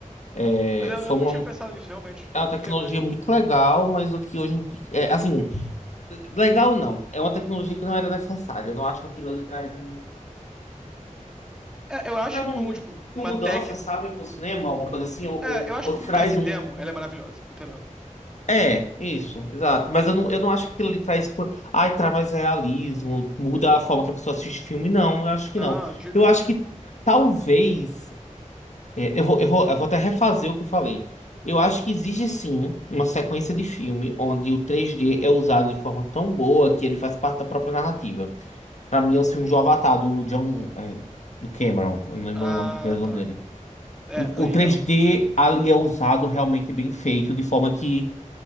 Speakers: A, on the left; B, in the centre.
A: é,
B: Mas eu,
A: foi
B: eu não
A: uma,
B: tinha pensado nisso, realmente, tipo,
A: é uma tecnologia
B: não tem mais.
A: muito legal, mas o que hoje em dia, é, assim, legal não, é uma tecnologia que não era necessária. Eu não acho que aquilo ali traz, um,
B: É, eu acho
A: traz
B: que como,
A: um mu-
B: tipo, uma
A: uma mudança,
B: tech.
A: sabe, para o cinema, alguma coisa assim, ou,
B: É,
A: ou,
B: eu acho
A: ou
B: que como
A: traz
B: tech demo,
A: um.
B: ela é maravilhosa, entendeu?
A: É, isso, exato. Mas eu não, eu não acho que aquilo ali traz, tipo, ai, traz mais realismo, muda a forma que a pessoa assiste filme, não, eu acho que
B: Não,
A: não.
B: de jeito
A: Eu
B: nenhum.
A: acho que talvez. É, eu vou, eu vou, eu vou até refazer o que eu falei. Eu acho que existe sim uma sequência de filme onde o 3D é usado de forma tão boa que ele faz parte da própria narrativa. Pra mim, é os filmes do Avatar, do John, é, do Cameron, eu não lembro
B: Ah,
A: o nome- o primeiro nome
B: tá.
A: dele.
B: É,
A: O,
B: aí
A: o 3D
B: real- eu entendo.
A: ali é usado realmente bem feito, de forma que,